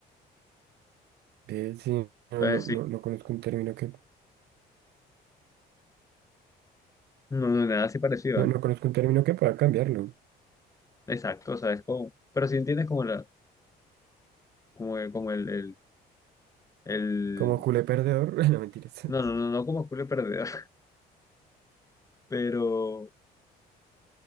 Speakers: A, on the right (about 75°); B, on the left (about 20°).
A: eh, sí, no,
B: Entonces,
A: no,
B: sí,
A: no, no conozco un término que...
B: no, no, nada así parecido,
A: No,
B: ¿eh?
A: no conozco un término que pueda cambiarlo.
B: Exacto, ¿sabes cómo? Pero si entiendes como la, como, el- como el El...
A: Como culé perdedor. <laughs> No, mentiras.
B: No, no, no, no como culo perdedor, <laughs> pero,